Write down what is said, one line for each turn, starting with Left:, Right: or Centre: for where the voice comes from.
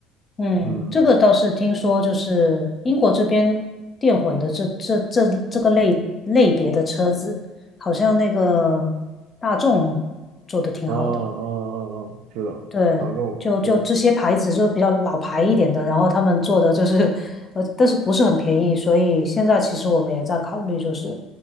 Left: 嗯，
Right: 嗯，
Left: 这个倒是听说，就是英国这边电混的这这这这个类类别的车子，好像那个大众做的挺好的。
Right: 啊啊啊啊，是的，
Left: 对，
Right: 大众都
Left: 就就这些牌子就比较老牌一点的，然后他们做的就是，呃，但是不是很便宜，所以现在其实我们也在考虑，就是，